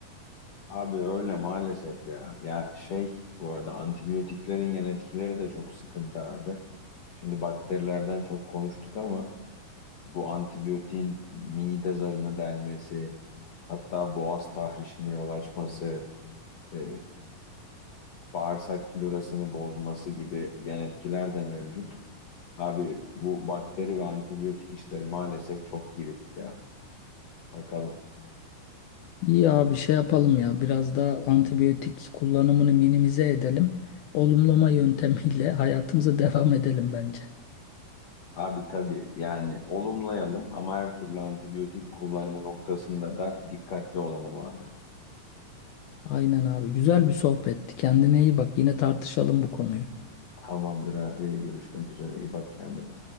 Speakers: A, on the left; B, on the left.
A: Abi öyle maalesef ya. Ya şey bu arada antibiyotiklerin yan etkileri de çok sıkıntı abi. Şimdi bakterilerden çok konuştuk ama bu antibiyotiğin mide zarını delmesi, hatta boğaz tahrişine yol açması, e, bağırsak florasını bozması gibi yan etkiler de mevcut. Abi bu bakteri ve antibiyotik işleri maalesef çok girift ya. Bakalım.
B: İyi abi şey yapalım ya biraz daha antibiyotik kullanımını minimize edelim. Olumlama yöntemiyle <laughs> hayatımıza devam edelim bence.
A: Abi tabii yani olumlayalım ama her türlü antibiyotik kullanımı noktasında da dikkatli olalım abi.
B: Aynen abi güzel bir sohbetti. Kendine iyi bak yine tartışalım bu konuyu.
A: Tamamdır abi görüşmek üzere iyi bak kendine.